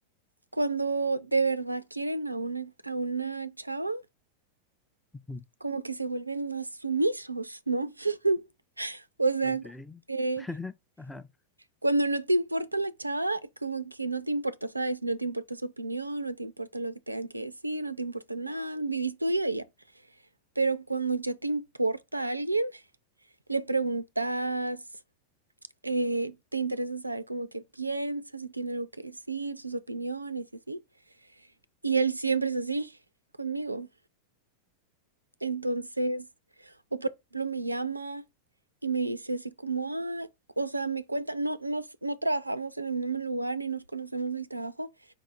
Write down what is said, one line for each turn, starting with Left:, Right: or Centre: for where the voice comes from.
Right: cuando de verdad quieren a una, a una chava,
Centre: Ujú,
Right: como que se vuelven más sumisos, ¿no? <laughs> O sea,
Centre: ok,
Right: como que
Centre: <laughs> ajá,
Right: cuando no te importa la chava, como que no te importa, ¿sabes? No te importa su opinión, no te importa lo que tengan que decir, no te importa nada, vivís tu vida y ya. Pero cuando ya te importa a alguien, le preguntas, eh, te interesa saber como que piensa, si tiene algo que decir, sus opiniones y así. Y él siempre es así conmigo. Entonces, o por ejemplo, me llama y me dice así como, ah, o sea, me cuenta, no, nos, no trabajamos en el mismo lugar ni nos conocemos del trabajo.